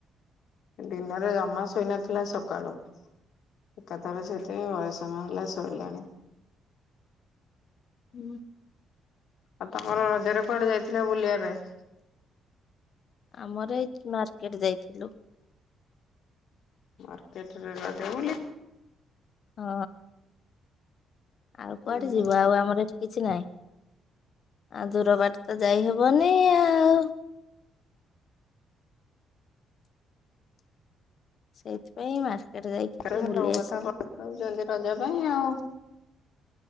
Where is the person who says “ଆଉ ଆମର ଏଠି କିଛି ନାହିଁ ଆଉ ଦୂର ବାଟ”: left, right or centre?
Left